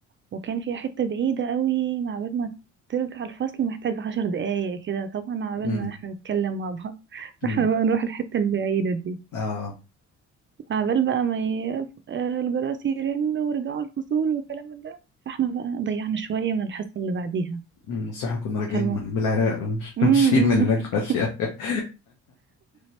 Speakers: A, on the right; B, on the left.
A: وكان فيها حته بعيده قوي مع بال ما ترجع الفصل محتاج عشر دقايق كده طبعا مع
B: امم
A: بال ما احنا نتكلم مع بعض <laughs> فاحنا
B: امم
A: بقى نروح الحته البعيده دي
B: اه
A: مع بال بقى ما ي... آه، الجرس يرن ورجعوا الفصول والكلام من ده فاحنا بقى ضيعنا شويه من الحصه اللي بعديها
B: امم بس احنا كنا راجعين
A: فالم...
B: من من العراق <laughs> مش
A: مم.
B: ماشيين من هناك
A: <laughs>
B: ماشية <laughs>